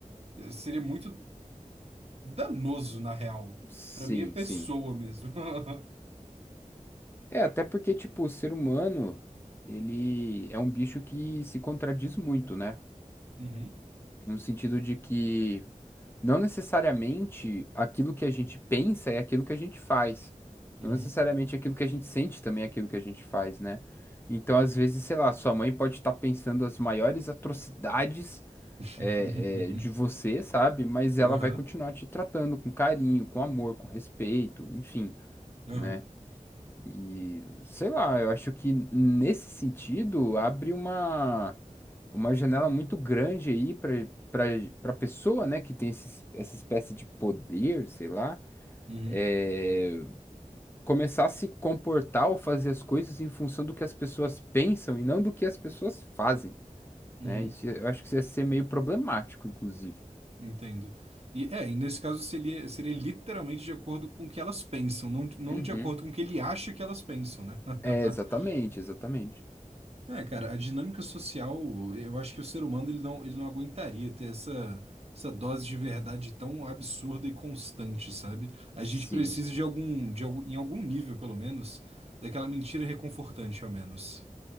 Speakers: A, on the right; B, on the left.
A: eh, seria muito danoso, na real,
B: Sim,
A: pra minha pessoa
B: sim.
A: mesmo. <laughs>
B: É, até porque, tipo, o ser humano, ele é um bicho que se contradiz muito, né?
A: Uhum,
B: No sentido de que não necessariamente aquilo que a gente pensa é aquilo que a gente faz.
A: uhum.
B: Não necessariamente aquilo que a gente sente também é aquilo que a gente faz, né? Então, às vezes, sei lá, sua mãe pode estar pensando as maiores atrocidades
A: <laughs>
B: é, é, de você, sabe? Mas ela
A: Aham,
B: vai continuar te tratando com carinho, com amor, com respeito, enfim.
A: aham,
B: né? E sei lá, eu acho que nesse sentido abre uma, uma janela muito grande aí para para para pessoa, né, que tem esse- essa espécie de poder, sei lá,
A: uhum,
B: é, começar a se comportar ou fazer as coisas em função do que as pessoas pensam e não do que as pessoas fazem,
A: uhum.
B: né? Isso, eu acho que isso ia ser meio problemático, inclusive.
A: Entendo. E é, e nesse caso seria, seria literalmente de acordo com o que elas pensam, não, de- não
B: Uhum.
A: de acordo com o que ele acha que elas pensam, né?
B: É, exatamente,
A: <laughs>
B: exatamente.
A: É, cara, a dinâmica social, eu acho que o ser humano ele não, ele não aguentaria ter essa, essa dose de verdade tão absurda e constante, sabe? A
B: Sim,
A: gente precisa de algum, de algum, em algum nível, pelo menos, daquela mentira reconfortante, ao menos.